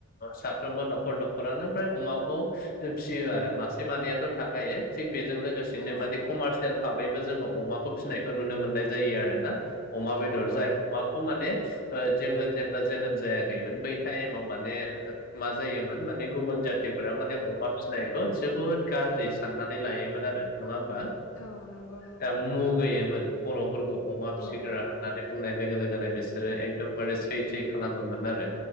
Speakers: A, on the left; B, on the left.
A: साफ्रोमबो न'खर न'खरानो फ्राय अमाखौ फिसियो आरो मासे मानैयाथ' थाखायो थिग बे जों लोगोसेनो
B: औ
A: माने कमारसियेल भाबैबो जों अमाखौ फिसिनायखौ नुनो मोननाय जायो आरोना अमा
B: औ
A: बेदर
B: औ
A: जाय अमाखौ माने ओ जोङो जेब्ला जोनोम जायाखैमोन बै टाइम आव माने ओ मा जायोमोन माने गुबुन जाथिफोरा माने अमा फिसिनायखौ जोबोद गाज्रि साननानै लायोमोन आरो नङा हो मबा
B: औ नंगौ नंगौ
A: दा मुगैयोमोन बर'फोरखौ अमा
B: औ
A: फिसिग्रा होननानै बुंनाय लोगो लोगोनो बिसोरो एकदमबारे सै-सै खालामोमोन आरो